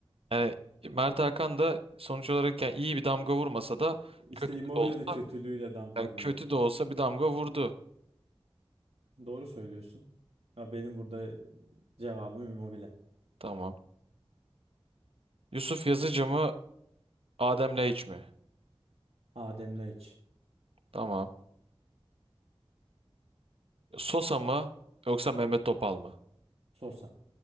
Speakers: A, on the right (about 65°); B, on the right (about 80°).
A: Yani Mert Hakan da sonuç olarak yani iyi bir damga vurmasa da
B: İşte
A: kötü
B: Immobile
A: de olsa
B: de kötülüğüyle damga
A: yani
B: vurdu.
A: kötü de olsa bir damga vurdu.
B: Doğru söylüyorsun. Ya benim burada cevabım Immobile.
A: Tamam. Yusuf Yazıcı mı Adem Laiç mi?
B: Adem Laiç.
A: Tamam. Sosa mı yoksa Mehmet Topal mı?
B: Sosa.